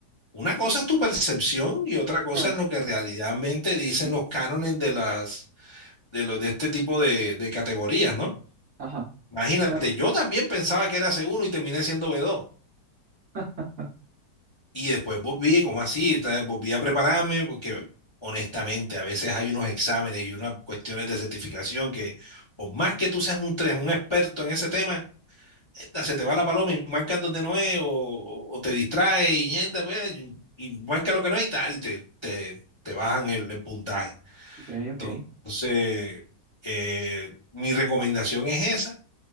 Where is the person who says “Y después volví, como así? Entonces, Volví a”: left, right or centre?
Left